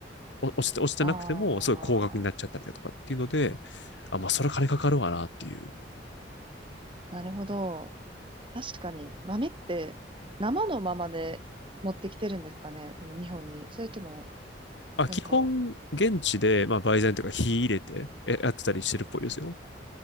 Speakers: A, on the left; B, on the right.
A: お落ちて、落ちてなくても、
B: ああ、
A: すごい高額になっちゃったりだとかっていうので、あ、まあそれ金かかるわなっていう。
B: なるほど。確かに、豆って生のままで持ってきてるんですかねこの日本に。それとも、
A: あ、
B: なんか、
A: 基本、現地で、まあ売材とか火入れてえやってたりしてるっぽいですよ。